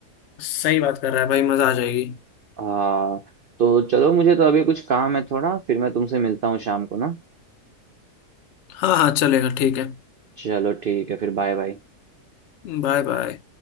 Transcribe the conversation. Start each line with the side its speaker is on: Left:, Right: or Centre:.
Left: सही बात कर रहा है भाई मजा आ जाएगी
Right: आ, तो चलो मुझे तो अभी कुछ काम है थोड़ा फिर मैं तुमसे मिलता हूँ शाम को ना
Left: हाँ हाँ चलेगा ठीक है
Right: चलो ठीक है फिर बाय बाय
Left: Bye bye